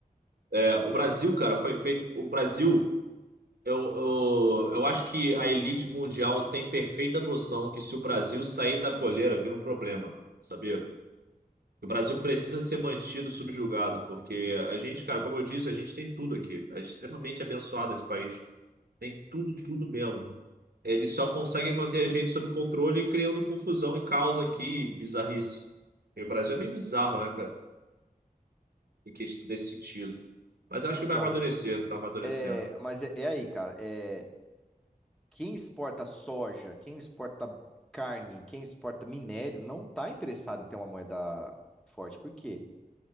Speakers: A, on the right (about 80°); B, in the centre.
A: É, o Brasil, cara, foi feito. O Brasil, eu, eu, eu acho que a elite mundial tem perfeita noção que se o Brasil sair da coleira, vira um problema, sabia? O Brasil precisa ser mantido subjugado, porque a gente, cara, como eu disse, a gente tem tudo aqui. A gente é extremamente abençoado esse país. Tem tudo, tudo mesmo. Eles só conseguem manter a gente sob controle criando confusão e caos aqui, bizarrice. E o Brasil é bem bizarro, né, cara? Em questão desse sentido. Mas eu acho
B: Então,
A: que vai amadurecer, tá amadurecendo.
B: é, mas é, é aí, cara. é, quem exporta soja, quem exporta carne, quem exporta minério, não tá interessado em ter uma moeda forte. Por quê?